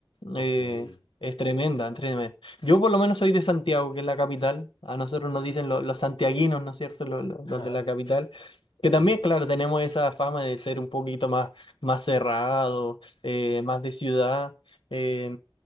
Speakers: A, on the left; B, on the left.
A: ok.
B: Eh,
A: <laughs>
B: es tremenda, tremenda. Yo por lo menos soy de Santiago, que es la capital. A nosotros nos dicen lo- los santiaguinos, ¿no es cierto? Los, los-
A: Ajá,
B: los de la capital. Que
A: Sí,
B: también, claro, tenemos esa fama de ser un poquito más, más cerrado, eh, más de ciudad. eh,